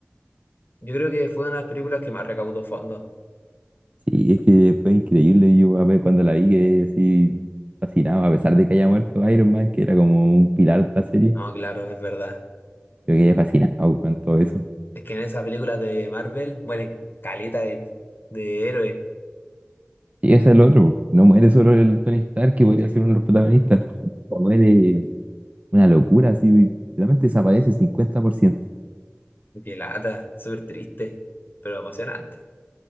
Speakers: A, on the left (about 50°); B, on the right (about 35°).
A: Yo creo que fue una de las películas que más recaudó fondos.
B: Sí, es que fue increíble, yo a ver cuando la vi que así fascinado, a pesar de que haya muerto Iron Man, que era como un pilar de la serie.
A: No, claro, es verdad.
B: Yo quedé fascinado con todo eso.
A: Es que en esas películas de Marvel mueren caleta de, de héroes.
B: Y ese es el otro, po. No muere solo el Tony Stark, que podría ser uno de los protagonistas. No Muere una locura, así, realmente desaparece el 50%.
A: Qué lata, súper triste, pero emocionante.